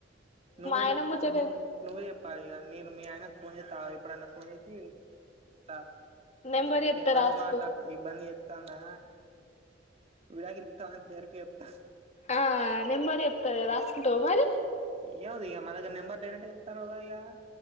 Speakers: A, on the right; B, on the left.
A: నువ్వే
B: ఆయన
A: చెప్పా
B: ముచ్చట
A: నువ్వు నువ్వే చెప్పాలిక నీను మీ ఆయనకు ఫోన్ చేత్తగు ఎప్పుడన్న ఫోన్ చేసి చేప్త
B: నెంబర్
A: ఏమన్నా
B: చెప్తా
A: ఇబంది
B: రాసుకో
A: మాట్తా ఇబంది చే తందా విడకులు ఇత్తవ అని డైరెక్ట్ చెప్తా
B: ఆ నెంబర్ చెప్త రాసుకుంటవ మరి
A: ఏమొద్దు ఇగ మనక్ నెంబర్ డైరెక్ట్ గ ఇత్తనవ్ గ ఇగ